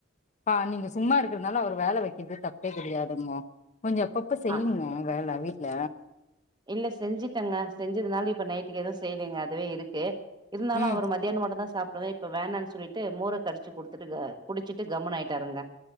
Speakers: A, on the left; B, on the right.
A: பா நீங்க சும்மா இருக்கறதுனால அவர வேல வெக்கிறது தப்பே கெடையாதுங்கோ கொஞ்ச அப்பப் இப்ப செய்யுங்க
B: ஆ
A: வேல வீட்ல
B: இல்ல செஞ்சிட்டங்க செஞ்சதுனால இப்ப நைட்டுக்கு எதுவு செய்லிங்க அதுவே இருக்கு இருந்தாலு
A: ம்
B: அவர் மதியாணோ மட்டு தா சாப்டுவே இப்ப வேணான் சொல்லிட்டு மோர கடிச்சி குடுத்துட்டு க குடிச்சிட்டு கம்முனு ஆயிட்டாருங்க